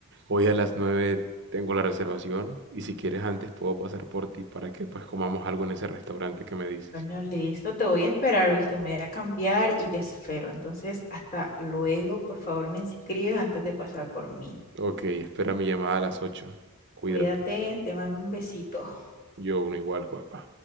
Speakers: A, on the right; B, on the left.
A: Hoy a las 9 tengo la reservación y si quieres antes puedo pasar por ti para que pues comamos algo en ese restaurante que me dices.
B: Bueno, listo, te voy a esperar, ¿viste? Me voy a cambiar y te espero. Entonces, hasta luego, por favor, me escribes antes de pasar por mí.
A: Ok, espera mi llamada a las 8. Cuídate.
B: Cuídate, te mando un besito.
A: Yo uno igual, guapa.